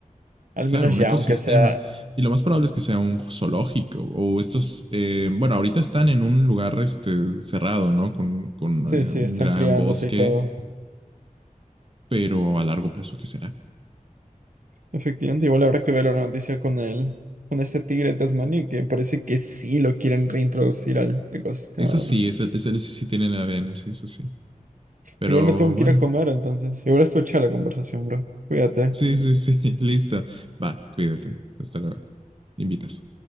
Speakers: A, on the right (about 70°); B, on the right (about 40°).
A: Al
B: Claro,
A: menos
B: un
A: ya,
B: ecosistema.
A: aunque sea...
B: Y lo más probable es que sea un zoológico o estos, eh, bueno, ahorita están en un lugar este, cerrado, ¿no? Con, con
A: Sí,
B: eh,
A: sí,
B: un
A: están
B: gran
A: criándose
B: bosque,
A: y todo.
B: pero a largo plazo, ¿qué será?
A: Efectivamente, igual habrá que ver la noticia con él, con este tigre tasmaní, que parece que sí lo quieren reintroducir al ecosistema,
B: Eso
A: ¿o
B: sí,
A: no?
B: ese, ese sí tienen ADN, sí, eso sí. Pero
A: Igual me tengo
B: bueno,
A: que ir a comer, entonces. Igual esto echa la conversación, bro. Cuídate.
B: Sí, sí, sí. <laughs> Listo. Va, cuídate. Hasta luego. Invitas.